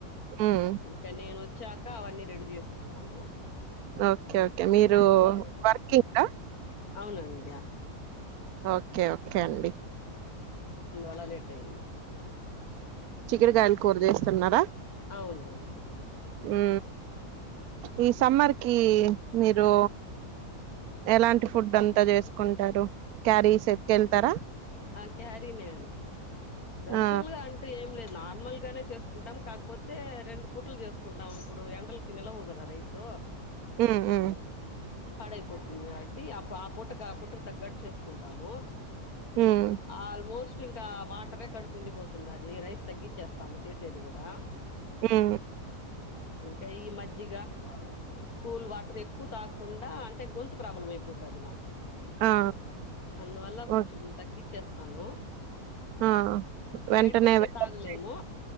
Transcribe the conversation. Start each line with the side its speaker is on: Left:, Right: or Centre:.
Right: హ్మ్.
Left: ఇంకా నేను వచి వచ్చాక అవన్నీ రెడీ చేసుకున్నాను
Right: ఓకే ఓకే మీరు
Left: దానివల్ల లేట్ అయింది.
Right: వర్కింగ్
Left: అవునండి
Right: ఓకే ఓకే అండి
Left: అందు వల్ల లేట్ అయింది
Right: చికుడుకాయలు కూర చేేస్తున్నారా
Left: అవునవును
Right: ఉ ఈ సమ్మర్ కి మీరు ఎలాంటి ఫుడ్ అంతా చేసుకుంటారు క్యారీస్ ఎతికి వెళ్తారా
Left: ఆ క్యారీ నే స్పెషల్
Right: ఆ
Left: గా అంటూ ఏం లేదు నా నార్మల్ గానే చేసుకుంటాం కాకపోతే రెండు పూట్లు చేసుకుంటాం ఇప్పుడు ఎండలకు నిలవు కదా రైస్
Right: ఆ ఆ
Left: పడైపోతుంది కబట్టి ఆ ఆ పూటకు ఆ పుట్టుకు తగ్గట్టు చేసుకుంటాము
Right: హ్మ్.
Left: ఆల్మోస్ట్ ఇంకా వాటరే కడుపుపిండి పోతుంది అది రైస్ తగ్గించేస్తాము చేసేది కూడా
Right: హ
Left: కై మజ్జిగా కూల్ వాటర్ ఎ క్కు తాకుండా అంటే గొంతు ప్రాబ్లం అయిపోతుంది నాకు
Right: ఆ
Left: అందువల్ల
Right: ఓకే
Left: కొంచెం తగ్గి చేస్తాను.
Right: ఆ వెంటనే
Left: వేడికైతే
Right: వెకప్
Left: తాగలేము.